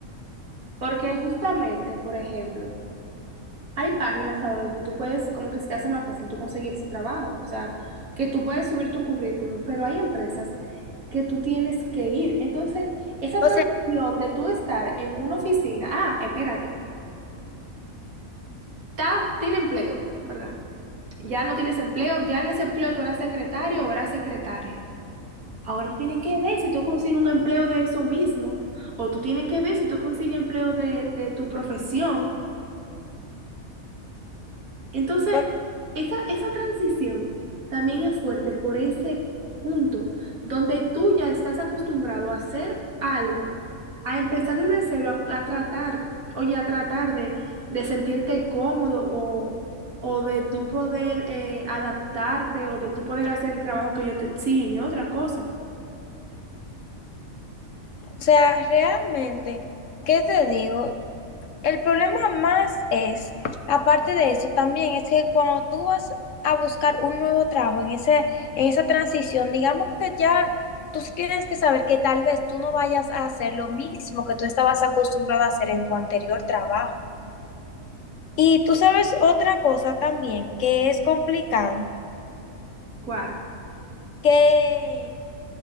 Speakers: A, on the right; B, on the left.
A: Porque justamente, por ejemplo, Hay páginas ahora donde tú puedes, como que se te hace más fácil tú conseguir ese trabajo, o sea, que tú puedes subir tu currículum, pero hay empresas que tú tienes que ir. Entonces, esa
B: O
A: transición
B: sea,
A: de tú estar en una oficina, ah, espérate, está, tiene empleo, ¿verdad? Ya no tienes empleo, ya en ese empleo tú eras secretario o eras secretaria. Ahora tú tienes que ver si tú consigues un empleo de eso mismo, o tú tienes que ver si tú consigues empleo de, de tu profesión. Entonces,
B: por-
A: esa, esa transición también es fuerte por ese punto donde tú ya estás acostumbrado a hacer algo, a empezar desde cero, a, a tratar, oye, a tratar de, de sentirte cómodo o, o de tú poder eh, adaptarte o de tú poder hacer el trabajo que ellos te exigen, es otra cosa.
B: o sea, realmente, ¿qué te digo? El problema más es, aparte de eso, también es que cuando tú vas a buscar un nuevo trabajo en ese, en esa transición, digamos que ya tú sí tienes que saber que tal vez tú no vayas a hacer lo mismo que tú estabas acostumbrado a hacer en tu anterior trabajo. Y tú sabes otra cosa también que es complicado,
A: ¿Cuál?
B: que,